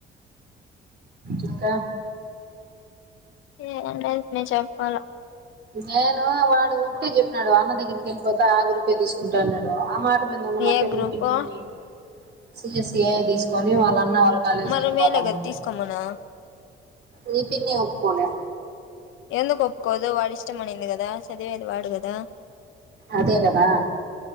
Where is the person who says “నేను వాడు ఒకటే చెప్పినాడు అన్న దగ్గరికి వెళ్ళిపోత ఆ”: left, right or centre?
Right